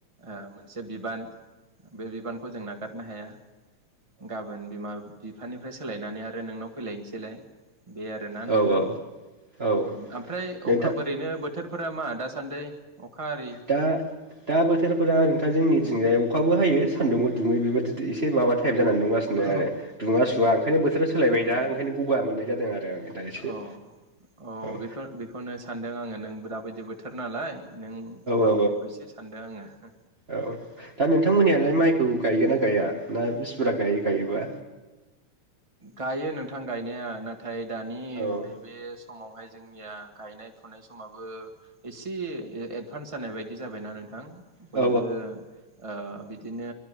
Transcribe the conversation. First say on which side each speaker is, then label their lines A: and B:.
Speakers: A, on the right; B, on the right.
A: ओ मोनसे बिबान बे बिबानखौ जों नागारनो हाया गाबोन बिमा बि बिफानिफ्राय सोलायनानै आरो नोंनाव फैलायनोसैलाय। बे आरो ना
B: औ
A: नोंथां
B: औ औ
A: ओमफ्राय
B: नोंथां
A: अखा ओरैनो बोथोर। बोथोरफोरा मा दासान्दि। अखा आरि
B: दा दा बोथोरफोरा नोंथाङा जोंनिथिंजाय
A: उम
B: अखाबो हायो। सानदुंबो दुङो बेबायदि एसे। से माबा टाइप जानानै नुगासिनो
A: अ
B: आरो दुङा सुवा ओंखायनो बोथोरा सोलायबाय
A: उम
B: दा ओंखायनो गगा मोननाय जादों आरो आं दा एसे
A: औ
B: औ।
A: बेखौ बेखौनो सानदों आङो नों दाबायदि बोथोर नालाय। नों गगा
B: औ
A: मोननायखौ एसे सानदों आंङो
B: औ दा नोंथांमोननियालाय माइखौ गायगोन
A: दे।
B: ना गाया <inaudible> गायो। गायोबा
A: गायो नों थां गायनाया नाथाय थाय दानि
B: औ
A: नैबे समावहाय जोंनिया गायनाय फुनाय समाबो एसे एदभान्स जानाय बायदि जाबायना नों थां बयबो
B: औ
A: ओ बिदिनो